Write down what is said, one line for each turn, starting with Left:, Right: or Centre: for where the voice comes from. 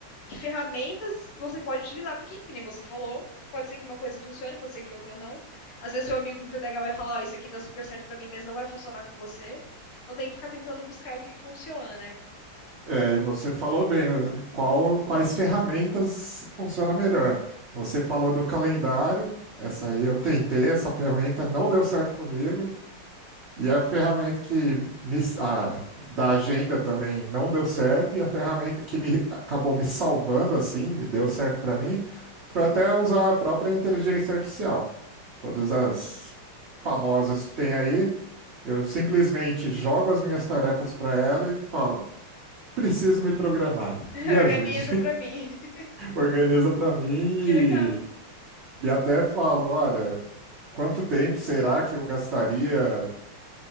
Left: que ferramentas você pode utilizar. Porque, que nem você falou, pode ser que uma coisa funcione, pode ser que outra não. Às vezes seu amigo com TDAH vai falar, ó, oh, isso aqui dá super certo para mim, mas não vai funcionar com você. Então tem que ficar tentando buscar o que funciona, né?
Right: É, e você falou bem, eh, qual, quais ferramentas funciona melhor? Você falou do calendário, essa aí eu tentei, essa ferramenta não deu certo comigo. E a ferramenta que me, a- da agenda também não deu certo, e a ferramenta que me acabou me salvando assim, me deu certo para mim, foi até usar a própria inteligência artificial. Todas as famosas que tem aí, eu simplesmente jogo as minhas tarefas para ela e falo: preciso me programar,
Left: <laughs>
Right: <laughs> me ajude,
Left: Organiza para mim. <laughs>
Right: <laughs> organiza para mim
Left: que legal.
Right: e, e até falo: olha, quanto tempo será que eu gastaria?